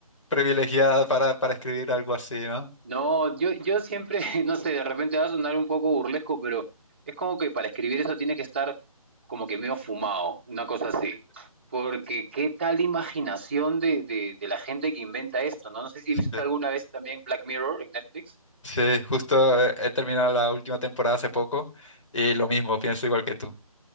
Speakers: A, on the left; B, on the right.
A: privilegiada para, para escribir algo así, ¿no?
B: No, yo, yo siempre, <laughs> no sé, de repente va a sonar un poco burlesco, pero es como que para escribir eso tienes que estar como que medio fumado, una cosa así. Porque qué tal imaginación de, de, de la gente que inventa esto, ¿no? No sé si
A: Sí,
B: viste alguna vez también Black Mirror en Netflix.
A: Sí, justo eh, he terminado la última temporada hace poco y lo mismo, pienso igual que tú.